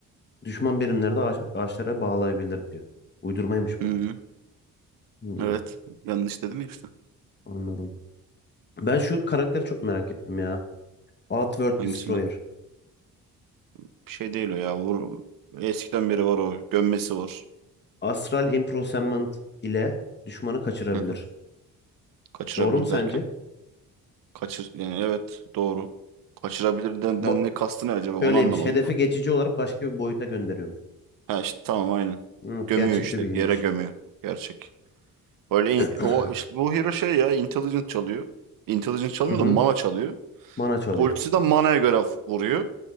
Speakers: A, on the left (about 30°); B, on the right (about 70°).
A: Düşman birimleri de ağaç- ağaçlara bağlayabilir diyor. Uydurmaymış bu.
B: Hı.
A: Hmm,
B: Evet. Yanlış dedim ya işte.
A: anladım. Ben şu karakteri çok merak ettim ya. Outworld
B: Hangisini?
A: Destroyer.
B: Bir şey değil o ya. Vur. Eskiden beri var o. Gömmesi var.
A: Astral Imprisonment ile düşmanı kaçırabilir.
B: Hı hı. Kaçırabilir
A: Doğru mu sence?
B: derken. Kaçır yani evet doğru. Kaçırabilir denden
A: Ba
B: ne kastı ne acaba onu
A: şöyleymiş.
B: anlamadım
A: Hedefi
B: da.
A: geçici olarak başka bir boyuta gönderiyormuş.
B: Ha işte tamam aynen.
A: Evet,
B: Gömüyor
A: gerçek
B: işte
A: bir bilgiymiş.
B: yere gömüyor. Gerçek. Öyle in-
A: <clears throat>
B: o işte bu hero şey ya intelligent çalıyor. Intelligent çalmıyor
A: Hı hı.
B: da mana çalıyor.
A: Mana çalıyor.
B: Ultisi de mana'ya göre f- vuruyor.